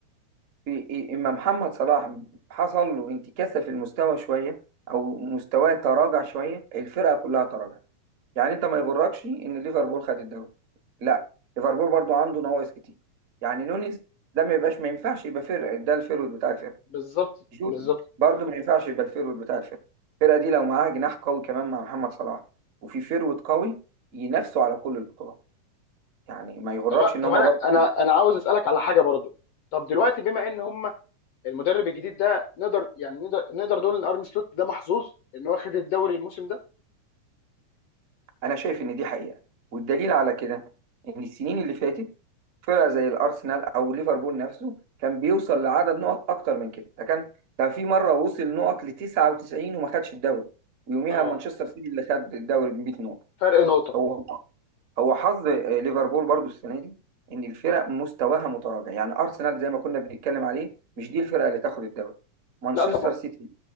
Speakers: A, on the right; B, on the left.
A: في إيه اما محمد صلاح حصل له انتكاسه في المستوى شويه او مستواه تراجع شويه الفرقه كلها تراجع يعني انت ما يغركش ان ليفربول خد الدوري لا ليفربول برضو عنده نواقص كتير يعني نونيز ده ما يبقاش ما ينفعش يبقى فرق ده الفيرود بتاع الفرقه
B: بالظبط
A: جوتا
B: بالظبط
A: برضو ما ينفعش يبقى الفيرود بتاع الفرقه الفرقه دي لو معاها جناح قوي كمان مع محمد صلاح وفي فيرود قوي ينافسوا على كل البطولات يعني ما يغركش
B: طب
A: ان
B: طب
A: هم
B: انا
A: برضه
B: انا
A: كده.
B: انا عاوز اسالك على حاجه برضو طب دلوقتي بما ان هم المدرب الجديد ده نقدر يعني نقدر نقدر نقول ان ارن سلوت ده محظوظ ان هو خد الدوري الموسم ده
A: انا شايف ان دي حقيقه والدليل على كده ان السنين اللي فاتت فرقه زي الارسنال او ليفربول نفسه كان بيوصل لعدد نقط اكتر من كده ده كان ده في مره وصل نقط ل 99 وما خدش الدوري ويوميها
B: اه
A: مانشستر سيتي اللي خد الدوري ب 100 نقطه
B: فرق نقطه
A: هو هو حظ آه، ليفربول برضو السنه دي ان الفرق مستواها متراجع يعني ارسنال زي ما كنا بنتكلم عليه مش دي الفرقه اللي تاخد الدوري مانشستر
B: لا طبعا
A: سيتي